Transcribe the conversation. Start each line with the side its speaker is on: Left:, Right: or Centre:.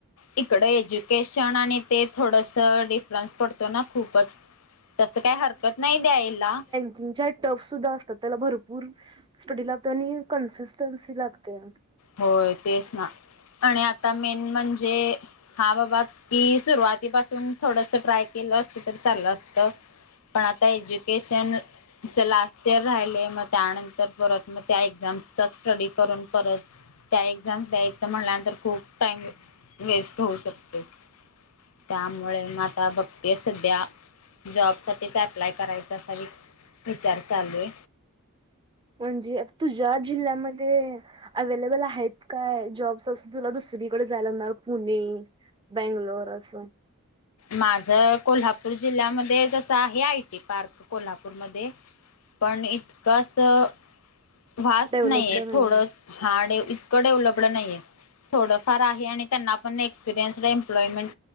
Left: इकडं एज्युकेशन आणि ते थोडंसं डिफरन्स पडतो ना खूपच. तसं काही हरकत नाही द्यायला.
Right: ज्या टफ सुद्धा असतात त्याला भरपूर स्टडी लागते आणि ए कन्सिस्टन्सी लागते.
Left: होय तेच ना आणि आता मेन म्हणजे. हा बाबा ती सुरुवातीपासून थोडस ट्राय केलं असत तरी चाललं असत. पण आता एज्युकेशन च लास्ट इयर राहिलय मग त्यानंतर परत मग त्या एक्झाम्सचा स्टडी करून परत त्या एक्झाम द्यायचं म्हनल्यानंतर खूप टाइम वेस्ट होऊ शकतो. त्यामुळे म आता बघते सध्या. जॉब साठीच अप्लाय करायचा असा विच-विचार चालू हे.
Right: म्हणजे तुझ्या जिल्ह्यामध्ये. अव्हलेबल आहेत काय जॉब्स अस तुला दुसरीकडे जायला म पुणे. बेंगलोर अस.
Left: माझ कोल्हापूर जिल्ह्यामध्ये जसं आहे आयटी पार्क कोल्हापूरमध्ये. पण इतकंच. वास्ट
Right: डेव्हलपड
Left: नाहीये
Right: नाही
Left: थोडं हार्ड इतकं डेवलपड नाहीये. थोडंफार आहे आणि त्यांना पण एक्सपिरियन्स एम्प्लॉयमेंट